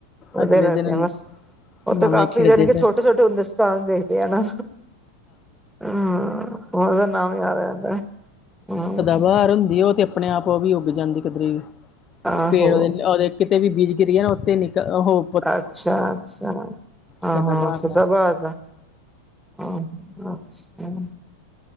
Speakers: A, in the centre; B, on the left.
A: ਓਦੇ
B: ਅਗਲੇ
A: ਲੱਗਦੇ
B: ਦਿਨ
A: ਮਸ। ਓਤੋਂ
B: ਨਵੇਂ
A: ਕਾਫ਼ੀ
B: ਖਿੜਦੇ
A: ਜਾਣੀ ਕਿ
B: ਫਿਰ
A: ਛੋਟੇ ਛੋਟੇ ਹੁੰਦੇ ਸੀ ਤਾਂ ਦੇਖਦੇ ਆ ਨਾ। ਹਾਂ ਹਾਂ ਓਦਾ ਨਾਮ ਯਾਦ ਆ ਜਾਂਦਾ। ਹੂੰ
B: ਬਹਾਰ ਹੁੰਦੀ ਓ ਤੇ ਆਪਣੇ ਆਪ ਓ ਵੀ ਉੱਗ ਜਾਂਦੀ ਕਿਧਰੇ ਵੀ।
A: ਆਹੋ
B: ਪੇੜ ਓਦੇ ਕਿਤੇ ਵੀ ਬੀਜ ਗਿਰੀਏ ਨਾ ਓਤੇ ਈ ਨਿਕਲ ਓਹੋ
A: ਅੱਛਾ- ਅੱਛਾ, ਹਾਂ
B: ਸਦਾਬਹਾਰ
A: ਹਾਂ ਸਿੱਧਾ
B: ਦਾ
A: ਭਾਜਦਾ। ਹਾਂ- ਅੱਛਾ।